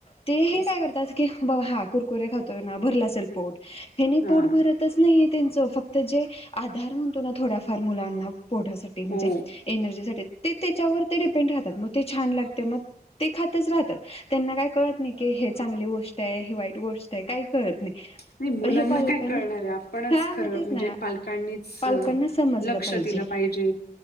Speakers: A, on the left; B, on the left.
A: ते हे
B: तेच
A: काय करतात की बाबा हा कुरकुरे खातोय ना भरला असेल पोट हेने
B: हां.
A: पोट भरतच नाहीये त्यांचं फक्त तर जे आधार म्हणतो ना थोड्याफार मुलांना पोढासाठी म्हणजे
B: हो.
A: एनर्जीसाठी ते त्याच्यावर डपेंड राात मग ते छान लागते मग ते खातच राहतात त्यांना काही कळत नाही हे चांगली गोष्ट आहे वाईट गोष्ट आहे काय करत नाही
B: नाही मुलांना
A: पण हे पालकांना
B: काय कळणार आहे आपणच
A: हा
B: खरं
A: मग तेच
B: म्हणजे
A: ना
B: पालकांनीच
A: पालकांना समजलं
B: लक्ष
A: पाहिजे
B: दिलं पाहिे